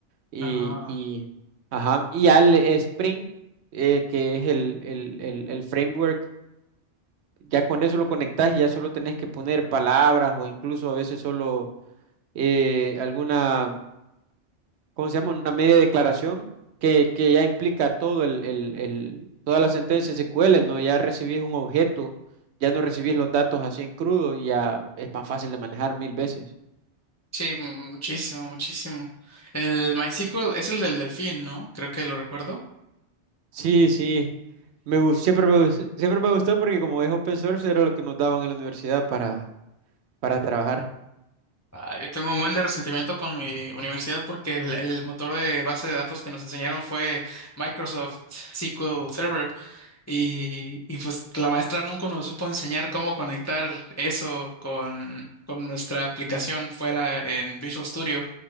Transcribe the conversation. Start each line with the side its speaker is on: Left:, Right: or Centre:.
Right: y,
Left: Ajá.
Right: y, ajá, y al Spring, eh, que es el, el- el- el framework, ya con eso lo conectas y ya solo tenés que poner palabras o incluso a veces solo eh, alguna ¿cómo se llama? Una media declaración que, que ya implica todo el, el, el- toda la sentencia SQL, ¿no? Ya recibís un objeto, ya no recibís los datos así en crudo, y ya es más fácil de manejar mil veces.
Left: Sí, mu- muchísimo, muchísimo. El MySQL es el del delfín, ¿no? Creo que lo recuerdo.
Right: Sí, sí. Me, gus- siempre me, gus- siempre me gustó porque como es open source era lo que nos daban en la universidad para, para trabajar.
Left: Ah, yo tengo un buen de resentimiento con mi universidad porque el, el motor de base de datos que nos enseñaron fue Microsoft SQL Server. Y, y pues la maestra nunca nos supo enseñar cómo conectar eso con, con nuestra aplicación fuera en Visual Studio.